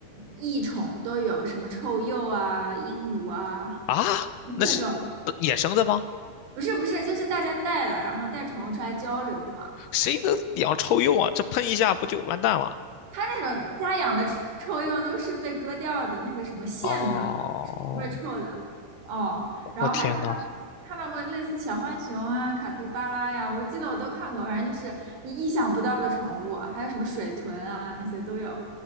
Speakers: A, on the right; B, on the left.
A: 异宠都有，什么臭鼬啊、鹦鹉啊。
B: 啊？
A: <laughs>
B: 那是
A: 各种，
B: 野生的吗？
A: 不是不是，就是大家带了，然后带宠物出来交流嘛。
B: 谁能养臭鼬啊？这喷一下不就完蛋了？
A: 它那种家养的臭鼬都是被割掉的那个什么线的，
B: 哦，
A: 是不会臭的。哦，然后还看到看到过类似小浣熊啊、
B: 我天呐，
A: 卡皮巴拉呀，我记得我都看过，反正就是你意想不到的宠物，还有什么水豚啊那些都有。